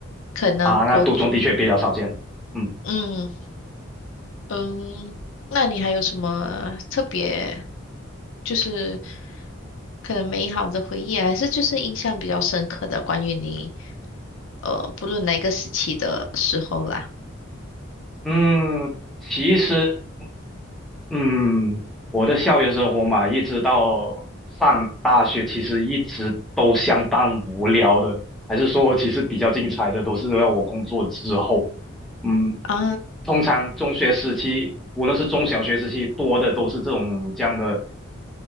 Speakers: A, on the left (about 70°); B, in the centre.
A: 可能国，
B: 啊，那独中的确比较少见。嗯
A: 嗯嗯，那你还有什么特别，就是可能美好的回忆啊还是就是印象比较深刻的关于你，呃，不论哪个时期的时候啦。
B: 嗯，其实嗯，我的校园生活嘛，一直到上大学，其实一直都相当无聊的。还是说，其实比较精彩的都是要我工作之后。嗯，
A: 啊，
B: 通常中学时期，无论是中小学时期，多的都是这种这样的。